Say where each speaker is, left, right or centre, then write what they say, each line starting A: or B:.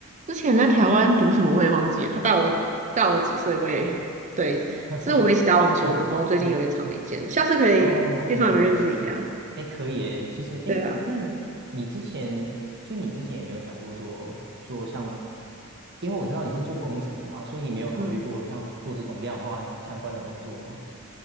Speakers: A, on the right; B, on the right.
A: 之前在台湾读什么我也忘记了，他大我大我几岁，我也对，
B: <laughs>
A: 是我们一起打网球，
B: 这你
A: 然后最近有点长没见了，下次可以介绍你们认识一下。
B: 哦，原来如此。哎，可以诶。其实，哎，
A: 对啊，
B: 那你你之前，就你之前也没有想过做做像，因为我知道你是做工程的嘛，所以你没有考虑过像做这种量化相关的工作吗？
A: 嗯